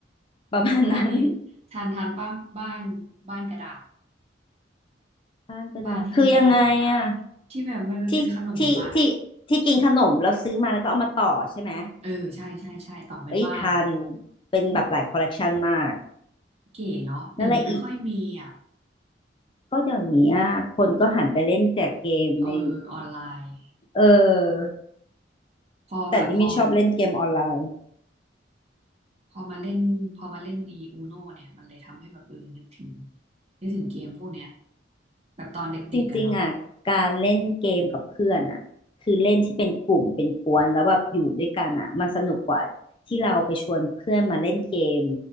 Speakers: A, on the left (about 30°); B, on the right (about 35°).
A: ประมาณนั้น
B: แล้วอันนี้ทันทันป่ะบ้านบ้านกระดาษ
A: <laughs> บ้านกระดาษคือยังไงอะ
B: บ้านที่เป็นกระดาษอ่ะที่แบบมันเป็นขนมอ่ะ
A: ที่ที่ที่ที่กินขนมแล้วซื้อมาแล้วก็เอามาต่อใช่ไหม
B: เออใช่ใช่ใช่ต่อเป็นบ้าน
A: เอ้ยทันเป็นแบบหลายคอลเลกชันมาก
B: เก๋เนาะเดี๋ยวนี้ไม่ค่อยมีอ่ะ
A: นั่นแหละอีกก็เดี๋ยวนี้อะคนก็หันไปเล่นแจกเกมใน
B: เออออนไลน์
A: เออ
B: พอแบบพอ
A: แต่นี่ไม่ชอบเล่นเกมออนไลน์
B: พอมาเล่นพอมาเล่นอีอูโนเนี่ยมันเลยทำให้แบบเออนึกถึงนึกถึงเกมพวกเนี้ยแบบตอนเด็กๆอะเนาะ
A: จริงๆอ่ะการเล่นเกมกับเพื่อนอ่ะคือเล่นที่เป็นกลุ่มเป็นกวนแล้วแบบอยู่ด้วยกันอ่ะมันสนุกกว่าที่เราไปชวนเพื่อนมาเล่นเกม